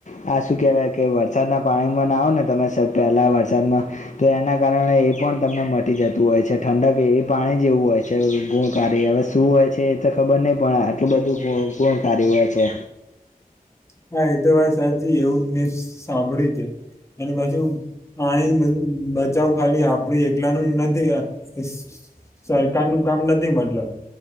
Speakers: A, on the left; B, on the left.
A: આ શું કેવાય કે વરસાદ ના પાણી ના આવ ને તમે વરસાદમાં તો એના કારણે એ પણ તમને મટી જતું હોય છે ઠંડક એ પાણી જેવું હોય છે ગુણકારી હવે શું હોય છે એ તો ખબર નહીં પણ આટલું બધું ગુણ ગુણકારી હોય છે.
B: હા એ તો વાત સાચી એવું મેં સાંભળ્યું છે અને પાછું આની બ-બચાવ ખાલી આપડું એકલાનું નથી એસ સરકાર નું કામ નથી મતલબ.